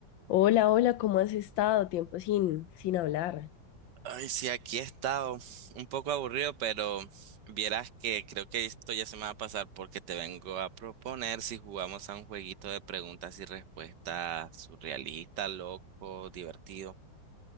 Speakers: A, on the left; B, on the right.
A: Hola, hola, ¿cómo has estado? Tiempo sin, sin hablar.
B: Ay, sí, aquí he estado un poco aburrido, pero vieras que creo que esto ya se me va a pasar porque te vengo a proponer si jugamos a un jueguito de preguntas y respuestas surrealista, loco, divertido.